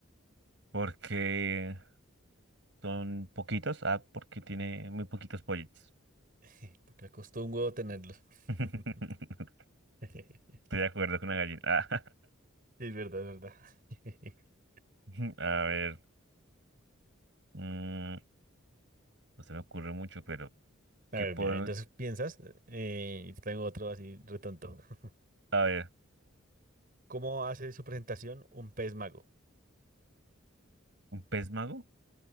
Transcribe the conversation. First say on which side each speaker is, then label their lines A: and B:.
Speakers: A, on the right (about 60°); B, on the right (about 45°).
A: porque Son poquitos, ah, porque tiene muy poquitos pollitos.
B: <laughs> Porque le costó un huevo tenerlos.
A: <laughs> Estoy
B: <laughs> <laughs>
A: de acuerdo con la gallina.
B: Sí, es verdad, es verdad. <laughs>
A: <laughs> A ver, mm, no se me ocurre mucho, pero
B: A
A: ¿qué
B: ver,
A: podemos?
B: bien, entonces piensas, eh, y te tengo otro así retonto. <laughs>
A: A ver,
B: ¿Cómo hace su presentación un pez mago?
A: ¿un pez mago?